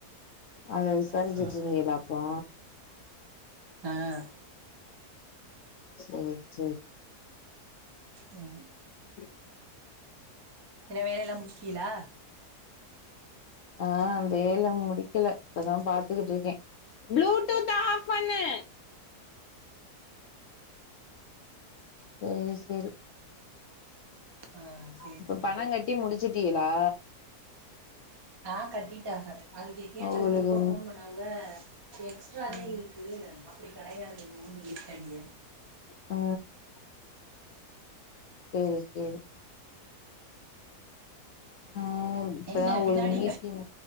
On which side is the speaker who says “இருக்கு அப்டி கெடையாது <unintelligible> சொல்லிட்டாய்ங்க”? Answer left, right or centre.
Right